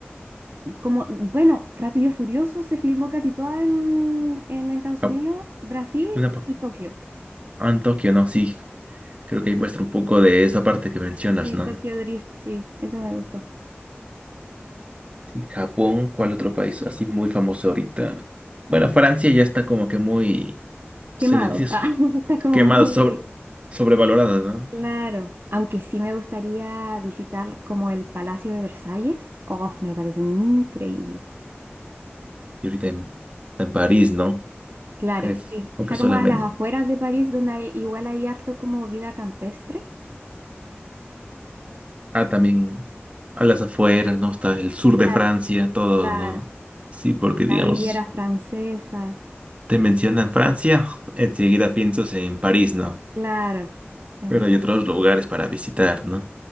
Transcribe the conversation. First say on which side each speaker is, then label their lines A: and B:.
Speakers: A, on the right; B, on the right.
A: Como, bueno, Rápido y Furioso se filmó casi toda en, en Estados
B: Ah,
A: Unidos, Brasil
B: una pa-
A: y Tokio.
B: ah, en Tokio, ¿no? Sí, creo que ahí muestra un poco de esa parte que mencionas,
A: Sí,
B: ¿no?
A: Tokio Drift, sí, eso me gustó.
B: Sí, Japón, ¿cuál otro país así muy famoso ahorita? Bueno, Francia ya está como que muy,
A: Quemado.
B: se le dice eso,
A: Ah,
B: <laughs>
A: <laughs> está como
B: quemada,
A: muy
B: sobre, sobrevalorada, ¿no?
A: claro. Aunque sí me gustaría visitar como el Palacio de Versalles. Oh, me parece increíble.
B: Y ahorita en, está en París, ¿no?
A: Claro,
B: Es,
A: sí.
B: aunque
A: Está
B: solamente.
A: como a las afueras de París, donde hay- igual hay harto como vida campestre.
B: Ah, también a las afueras, ¿no? Está el sur
A: Claro,
B: de Francia, todo,
A: claro.
B: ¿no? Sí, porque digamos,
A: La Riviera Francesa.
B: te mencionan Francia, <laughs> enseguida piensas en París, ¿no?
A: Claro, en
B: Pero
A: París.
B: hay otros lugares para visitar, ¿no?